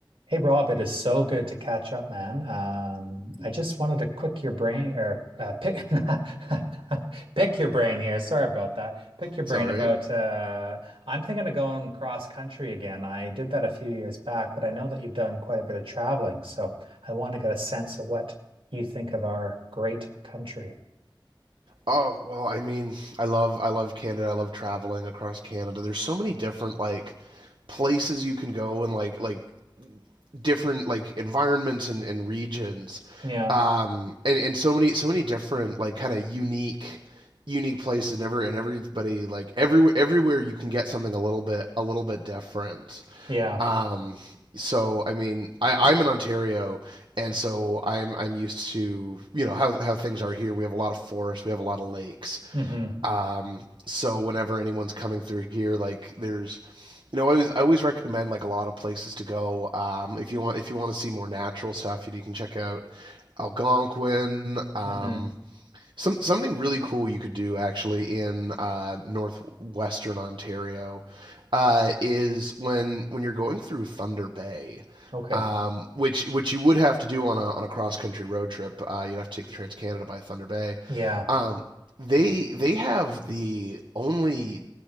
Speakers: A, on the right; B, on the right.
A: Hey Rob, it is so good to catch up, man. Um, I just wanted to quick your brain or uh, pick <laughs> pick your brain here. Sorry about that. Pick your
B: It's
A: brain
B: all
A: about
B: right.
A: uh, I'm thinking of going cross country again. I did that a few years back, but I know that you've done quite a bit of traveling, so I want to get a sense of what you think of our great country.
B: Oh well, I mean, I love I love Canada. I love traveling across Canada. There's so many different like places you can go and like like different like environments and, and regions,
A: Yeah,
B: um, and and so many so many different like kind of unique unique places. Never and everybody like everywhere everywhere you can get something a little bit a little bit different.
A: yeah.
B: Um, so I mean, I, I'm in Ontario, and so I'm I'm used to you know how how things are here. We have a lot of forests, we have a lot of lakes.
A: hmm
B: Um, so whenever anyone's coming through here, like there's, you know, I always I always recommend like a lot of places to go. Um, if you want if you want to see more natural stuff, you, you can check out Algonquin. Um,
A: hmm
B: some something really cool you could do actually in uh, northwestern Ontario uh, is when when you're going through Thunder Bay,
A: Okay.
B: um, which which you would have to do on a on a cross country road trip. Uh, you'd have to take the Trans Canada by Thunder Bay.
A: Yeah.
B: Um, they they have the only